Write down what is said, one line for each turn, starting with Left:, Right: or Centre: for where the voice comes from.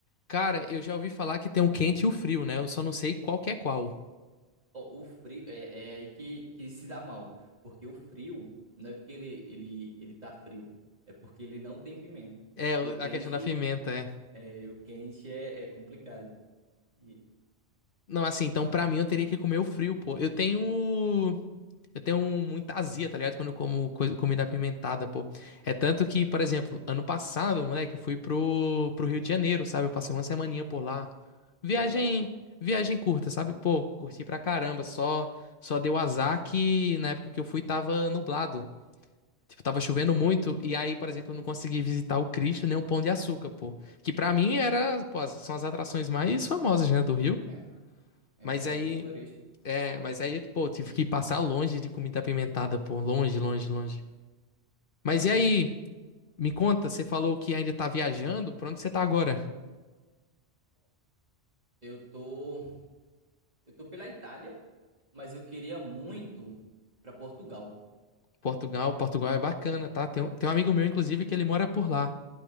Left: Cara, eu já ouvi falar que tem o quente e o frio, né? Eu só não sei qual que é qual.
Right: Ó, o frio é, é aí que, que se dá mal, porque o frio não é porque ele, ele, ele tá frio, é porque ele não tem pimenta.
Left: É,
Right: E
Left: o-
Right: o quente
Left: a questão da pimenta, é.
Right: é, o quente é, é complicado. E-
Left: Não, assim, então pra mim eu teria que comer o frio, pô. Eu tenho. Eu tenho muita azia, tá ligado? Quando eu como coisa- comida apimentada, pô. É tanto que, por exemplo, ano passado, moleque, eu fui pro, pro Rio de Janeiro, sabe? Eu passei uma semaninha por lá. Viagem,
Right: Gostou?
Left: viagem curta, sabe? Pô, curti pra caramba. Só, só deu azar que na época que eu fui tava nublado. Tipo, tava chovendo
Right: Hum,
Left: muito. E aí, por exemplo, eu não consegui visitar o Cristo nem o Pão de Açúcar, pô. Que pra mim era, pô, as- são as atrações mais famosas, né, do Rio.
Right: é, é
Left: Mas
Right: o real
Left: aí.
Right: ponto turístico.
Left: É, mas aí, pô, tive que passar longe de comida apimentada, pô. Longe, longe, longe. Mas
Right: Aí
Left: e aí?
Right: complicou.
Left: Me conta, você falou que ainda tá viajando. Pra onde você tá agora?
Right: Eu tô, eu tô pela Itália, mas eu queria muito ir pra Portugal.
Left: Portugal. Portugal é bacana, tá? Tem, um- tem um amigo meu, inclusive, que ele mora por lá.